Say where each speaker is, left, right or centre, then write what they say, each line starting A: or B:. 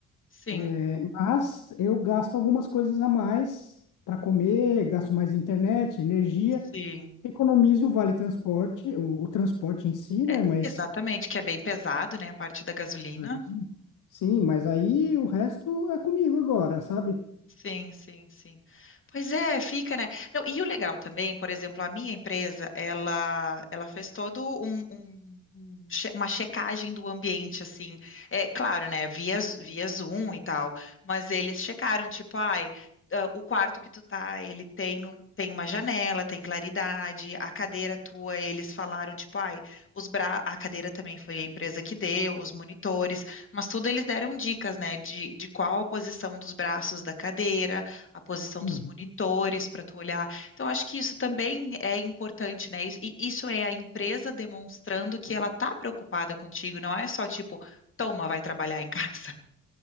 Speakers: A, on the left; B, on the left.
A: sim,
B: é, mas eu gasto algumas coisas a mais para comer, gasto mais internet, energia,
A: sim.
B: economizo o vale transporte, o, o transporte em si, né?
A: É,
B: Mas
A: exatamente, que é bem pesado, né? A parte da gasolina.
B: Precisa de mim? Sim, mas aí o resto é comigo agora, sabe?
A: Sim, sim, sim. Pois é, fica, né? Não, e o legal também, por exemplo, a minha empresa, ela, ela fez todo um, um- um che- uma checagem do ambiente, assim. É claro, né? Via, via Zoom e tal, mas eles checaram, tipo, ai, ah, o quarto que tu tá, ele tem, um, tem uma janela, tem claridade, a cadeira tua, eles falaram, tipo, ai, os bra... a cadeira também foi a empresa que deu, os monitores. Mas tudo eles deram dicas, né, de, de qual a posição dos braços da cadeira, a posição
B: Uhum.
A: dos monitores para tu olhar. Então, acho que isso também é importante, né? Isso- E isso é a empresa demonstrando que ela tá preocupada contigo, não é só tipo, toma, vai trabalhar em casa. <laughs>